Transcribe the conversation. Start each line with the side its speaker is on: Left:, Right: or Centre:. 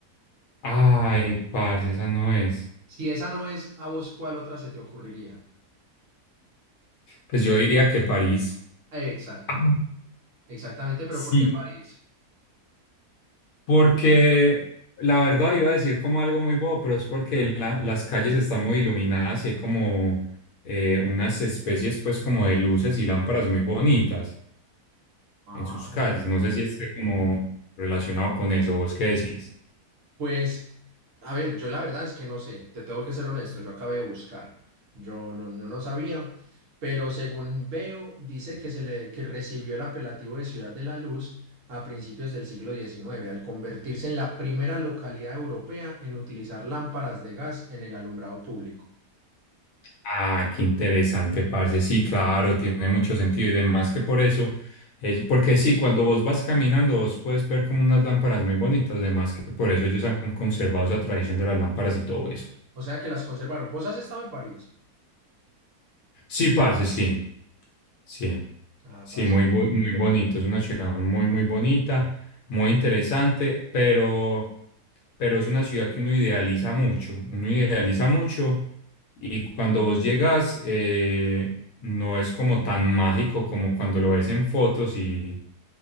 Left: Ay, parce, esa no es.
Right: Si esa no es, ¿a vos cuál otra se te ocurriría?
Left: Pues yo diría que París.
Right: Exactamente,
Left: Ah,
Right: exactamente, pero
Left: Sí,
Right: ¿por qué París?
Left: porque la verdad iba a decir como algo muy bobo, pero es porque la- las calles están muy iluminadas y hay como eh, unas especies pues como de luces y lámparas muy bonitas.
Right: Ah.
Left: en sus calles. No sé si esté como relacionado con eso. ¿Vos qué decís?
Right: Pues, a ver, yo la verdad es que no sé, te tengo que ser honesto, yo acabé de buscar, yo no, no, no sabía, pero según veo, dice que, se le, que recibió el apelativo de Ciudad de la Luz a principios del siglo XIX, al convertirse en la primera localidad europea en utilizar lámparas de gas en el alumbrado público.
Left: Ah, qué interesante, parce. Sí, claro, tiene mucho sentido y demás que por eso. es- porque sí, cuando vos vas caminando, vos puedes ver como unas lámparas muy bonitas, además que por eso ellos han conservado esa tradición de las lámparas y todo eso.
Right: O sea que las conservaron. ¿Vos has estado en París?
Left: Sí, parce, sí, sí.
Right: Ah,
Left: Sí,
Right: parce,
Left: muy, bu- muy bonito. Es una ciudad muy, muy bonita, muy interesante, pero, pero es una ciudad que uno idealiza mucho. Uno idealiza mucho Y cuando vos llegas, eh, no es como tan mágico como cuando lo ves en fotos y,